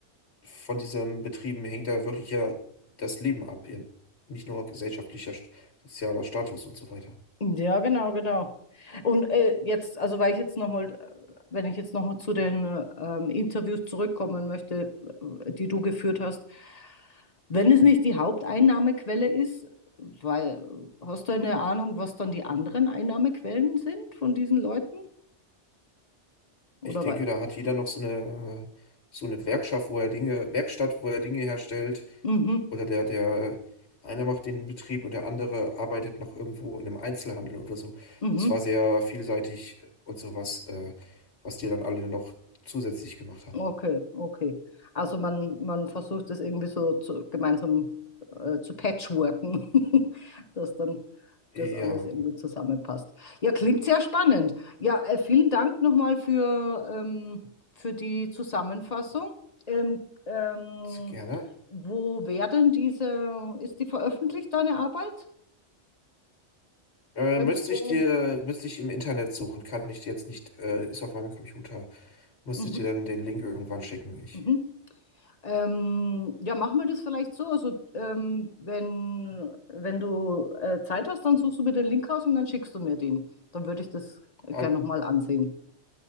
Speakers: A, on the left; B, on the left.
A: von diesen Betrieben hängt da wirklich ja das Leben ab. Ihr- Nicht nur gesellschaftlicher, st- sozialer Status und so weiter.
B: Ja, genau, genau. Und äh, jetzt, also weil ich jetzt nochmal, wenn ich jetzt nochmal zu den äh, ähm, Interviews zurückkommen möchte, äh, die du geführt hast, wenn es nicht die Haupteinnahmequelle ist, weil, hast du eine Ahnung, was dann die anderen Einnahmequellen sind von diesen Leuten? Oder
A: Ich denke,
B: weil,
A: da hat jeder noch so eine, so eine Werkschaft, wo er Dinge, Werkstatt, wo er Dinge herstellt
B: mhm,
A: Oder der, der einer macht den Betrieb und der andere arbeitet noch irgendwo in einem Einzelhandel oder so.
B: mhm.
A: Das war sehr vielseitig und sowas, äh, was die dann alle noch zusätzlich gemacht haben.
B: Okay, okay. Also man, man versucht das irgendwie so zu, gemeinsam äh, zu patchworken, <laughs> dass dann das
A: Ja,
B: alles irgendwie zusammenpasst. Ja, klingt sehr spannend. Ja, äh, vielen Dank nochmal für, ähm, für die Zusammenfassung. Ähm, ähm,
A: sehr gerne.
B: wo werden diese, ist die veröffentlicht, deine Arbeit?
A: Äh,
B: Irgendwo?
A: müsste ich dir, müsste ich im Internet suchen, kann ich dir jetzt nicht, äh, ist auf meinem Computer. Müsste
B: Mhm,
A: ich dir dann den Link irgendwann schicken. Ich,
B: mhm. Ähm, ja, machen wir das vielleicht so. Also, ähm, wenn, wenn du äh, Zeit hast, dann suchst du mir den Link raus und dann schickst du mir den. Dann würde ich das gerne
A: all,
B: nochmal ansehen.